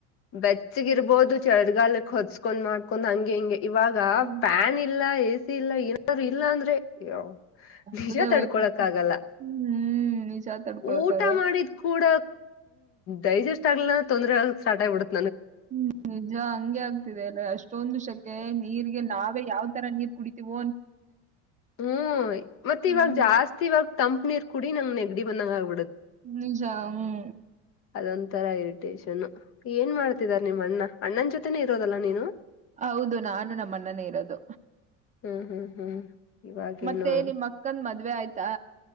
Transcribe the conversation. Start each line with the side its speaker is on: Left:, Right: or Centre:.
Left: ಬೆಚ್ಚಗಿರ್ಬೋದು ಚಳಿಗಾಲಕ್ಕೆ ಹೊ <unintelligible> ಕಸ್ಕೊಂಡ್ ಮಾಡ್ಕೊಂಡ್ ಹಂಗೆ ಹಿಂಗೆ ಇವಾಗ
Right: ಹ್ಮ್
Left: ಫ್ಯಾನ್ ಇಲ್ಲ ಎ ಸಿ ಇಲ್ಲ ಏನಾದ್ರು ಇಲ್ಲ ಅಂದ್ರೆ ಅಯೋ ನಿಜ
Right: ಮುಗ್ದೇ
Left: ತಡ್ಕೊಳಕ್
Right: ಹೋಯ್ತಪ್ಪ
Left: ಆಗಲ್ಲ
Right: ಹ್ಮ್ ನಿಜ ತಡ್ಕೊಳಕ್
Left: ಊಟ
Right: ಆಗಲ್ಲ
Left: ಮಾಡಿದ್ ಕೂಡ ಡೈಜೆಸ್ಟ್ ಆಗ್ಲಿಲ್ಲ ತೊಂದರೆ ಆಗ ಸ್ಟಾರ್ಟ್ ಆಗ್ಬಡುತ್ತೆ
Right: ಹ್ಮ್ ನಿಜ ಹಂಗೆ ಆಗ್ತಿದೆ ಎಲ್ಲ ಅಷ್ಟೊಂದು ಶಕೆ ನೀರ್ಗೆ ನಾವೇ ಯಾವ್ ತರ ನೀರ್ ಕುಡತಿೀವೋ
Left: ಹ್ಮ್ ಮತ್ತೆ
Right: ಹ್ಮ್
Left: ಇವಾಗ ಜಾಸ್ತಿ ಇವಾಗ ತಂಪ್ ನೀರು ಕುಡಿ ನೆಗಡಿ ಬಂದಂಗ ಅವ
Right: ನಿಜ ಹ್ಮ್
Left: ಅದೊಂತರ ಇರಿಟೇಷನ್ ಏನ್ ಮಾಡ್ತಿದಾರ ನಿಮ್ಮ್ ಅಣ್ಣ ಅಣ್ಣನ ಜೊತೆನೆೇ ಇರೋದಲ್ಲ ನೀನು
Right: ಹೌದು ನಾನು ನಮ್ಮ ಅಣ್ಣನೇ ಇರೋದು
Left: ಹ್ಮ್ ಹ್ಮ್ ಹ್ಮ್ ಇವಾಗೇನು
Right: ಮತ್ತೆ ನಿಮ್ ಅಕ್ಕನ್ ಮದ್ವೆ ಆಯ್ತಾ